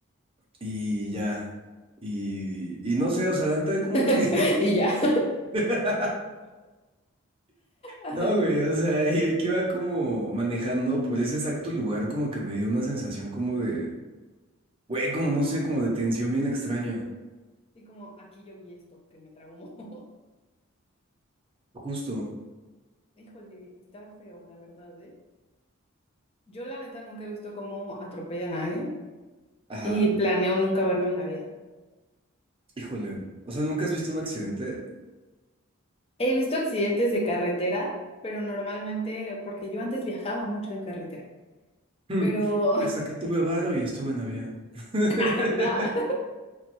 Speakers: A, on the right; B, on the left.
A: Y ya. Y, y no sé, o sea, la neta, como
B: <laughs>
A: que.
B: Y ya. <laughs>
A: <laughs>
B: Ajá.
A: No, güey, o sea, y ahí que iba como manejando por ese exacto lugar, como que me dio una sensación como de. Güey, como no sé, como de tensión bien extraña.
B: Y como aquí yo vi esto que me traumó. <laughs>
A: Justo.
B: Híjole, está feo, la verdad, ¿eh? Yo la neta nunca he visto cómo atropella a nadie
A: Ajá,
B: y planeo nunca verlo en la vida.
A: híjole. O sea, ¿nunca has visto un accidente?
B: He visto accidentes de carretera, pero normalmente, porque yo antes viajaba mucho en carretera,
A: Hmm,
B: pero
A: Hasta que tuve varo y estuve en avión. <laughs>
B: <laughs> nada.